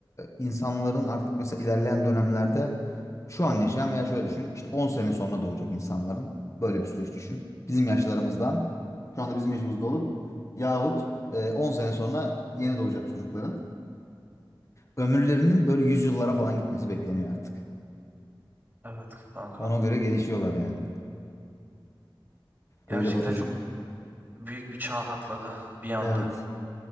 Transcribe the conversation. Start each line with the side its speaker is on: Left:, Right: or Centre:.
Left: insanların artık mesela ilerleyen dönemlerde şu an yaşayan veya şöyle düşün işte 10 sene sonra doğacak insanların böyle bir süreç düşün. Bizim yaşlarımızdan şu anda bizim yaşımızda olup yahut e, 10 sene sonra yeni doğacak çocukların ömürlerinin böyle yüzyıllara falan gitmesi bekleniyor artık.
Right: Evet kanka.
Left: Ona göre gelişiyorlar yani.
Right: Gerçekten
Left: Böyle Batucuğum.
Right: çok büyük bir çağ atladı bir anda.
Left: Evet.